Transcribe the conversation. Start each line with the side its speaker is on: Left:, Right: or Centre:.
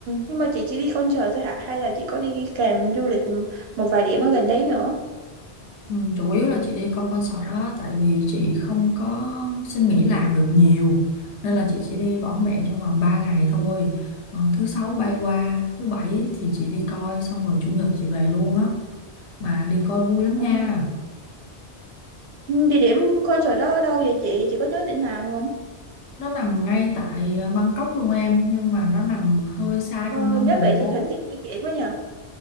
Right: nhưng mà chị chỉ đi concert thôi hả? Hay là chị có đi kèm du lịch một vài điểm ở gần đấy nữa?
Left: Ừ, chủ yếu là chị đi coi concert đó tại vì chị không có xin nghỉ làm được nhiều nên là chị chỉ đi vỏn
Right: Ừ.
Left: vẹn trong vòng 3 ngày thôi ờ, thứ sáu bay qua thứ bảy thì chị đi coi xong rồi chủ nhật chị về luôn á mà đi coi vui lắm
Right: Ờ,
Left: nha
Right: địa điểm concert đó ở đâu vậy chị? Chị có nhớ tỉnh nào không?
Left: nó nằm ngay tại ờ, Bangkok luôn em nhưng mà nó nằm hơi xa
Right: Ờ,
Left: trung tâm
Right: nhớ
Left: thành
Right: vậy
Left: phố
Right: thì thuận tiện di chuyển với nhờ.